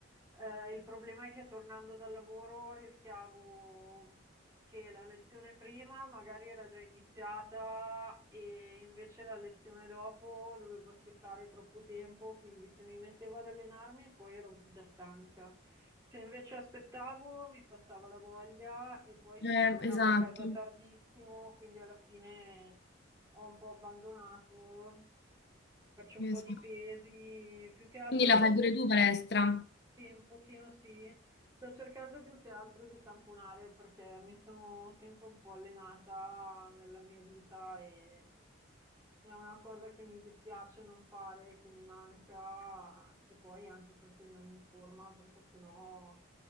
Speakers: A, on the right; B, on the left.
A: eh, il problema è che tornando dal lavoro rischiavo che la lezione prima magari era già iniziata e invece la lezione dopo dovevo aspettare troppo tempo, quindi se mi mettevo ad allenarmi poi ero già stanca. Se invece aspettavo mi passava la voglia e poi
B: Eh,
A: tornavo
B: esatto,
A: a casa tardissimo, quindi alla fine ho un po' abbandonato, faccio un
B: esatto.
A: po' di pesi, più che altro
B: Quindi la
A: sto
B: fai
A: cercando,
B: pure tu palestra?
A: un pochino sì, sto cercando più che altro di tamponare perché mi sono sempre un po' allenata nella mia vita e è una cosa che mi dispiace non fare, che mi manca e poi anche per tenermi in forma, perché sennò